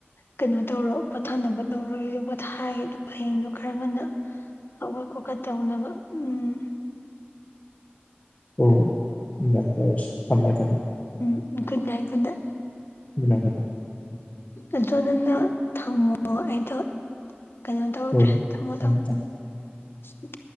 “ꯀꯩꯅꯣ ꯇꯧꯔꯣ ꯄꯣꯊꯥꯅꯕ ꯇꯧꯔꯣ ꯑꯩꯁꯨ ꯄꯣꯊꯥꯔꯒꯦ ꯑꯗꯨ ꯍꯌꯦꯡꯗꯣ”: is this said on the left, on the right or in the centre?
Left